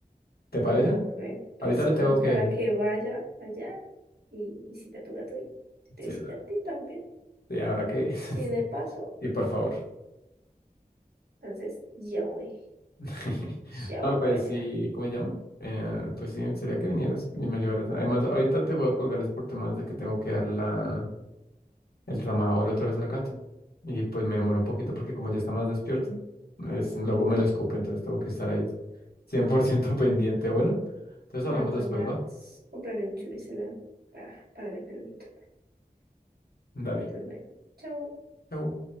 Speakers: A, on the left (about 80°); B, on the right (about 85°).
A: ¿Te
B: bueno,
A: parece?
B: bebé, pues,
A: Ahorita le
B: ¿cómo
A: tengo
B: es
A: que...
B: para que vaya allá y visita a tu gato y te
A: Sí,
B: visita
A: da-
B: a ti también?
A: sí, ahora que... <laughs>
B: Así de paso,
A: Sí, por favor.
B: entonces, ya voy,
A: <laughs>
B: ya
A: Ah,
B: voy
A: pues
B: para allá.
A: sí, ¿cómo se llama? Eh, pues sí, sería que vinieras y me ayudaras. Además, ahorita te voy a colgar es por temas de que tengo que darle la, el tramadol otra vez al gato. Y pues me demoro un poquito porque como ya está más despierto, es, luego me lo escupe, entonces tengo que estar ahí 100% <laughs> pendiente. Bueno, entonces
B: Nada,
A: hablamos
B: pues
A: después,
B: nada.
A: ¿va?
B: tss, Compraré un churro y se lo para, para el enfermito.
A: Dale.
B: Entonces, bueno, chao.
A: Chau.